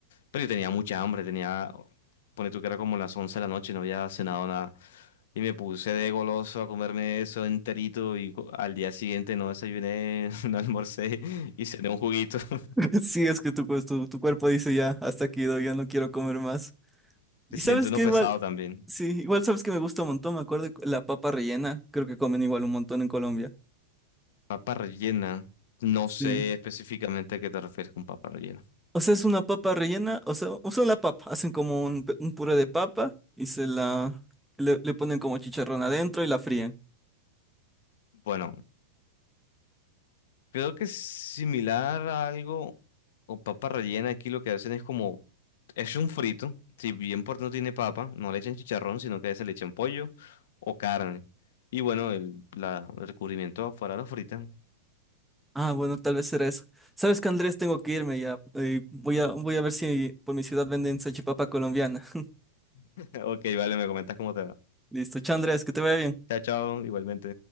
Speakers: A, on the left; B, in the centre.
A: Pero yo tenía mucha hambre, tenía, pone tú que era como las 11 de la noche, no había cenado nada. Y me puse de goloso a comerme eso enterito y co- al día siguiente no desayuné, <laughs> no almorcé y cené un juguito. <laughs>
B: <laughs> Sí, es que tu, pues, tu, tu cuerpo dice ya, hasta aquí doy, ya no quiero comer más. Y
A: Se siente
B: sabes
A: uno
B: que
A: pesado
B: igual,
A: también.
B: sí, igual sabes que me gusta un montón, me acuerdo de la papa rellena, creo que comen igual un montón en Colombia.
A: Papa rellena. No
B: Sí.
A: sé específicamente a qué te refieres con papa rellena.
B: O sea, es una papa rellena, o sea, usan la papa, hacen como un, pe- un puré de papa y se la le, le ponen como chicharrón adentro y la fríen.
A: Bueno. Creo que es similar a algo, o papa rellena, aquí lo que hacen es como, es un frito, si bien por no tiene papa, no le echan chicharrón, sino que se le echan pollo o carne. Y bueno, el, la, el recubrimiento afuera lo fritan.
B: Ah, bueno, tal vez será eso. ¿Sabes que Andrés? Tengo que irme ya. eh, voy a, voy a ver si por mi ciudad venden salchipapa colombiana. <laughs>
A: <laughs> Ok, vale, me comentas cómo te va.
B: Listo, chao Andrés, que te vaya bien.
A: Chao, chao, igualmente.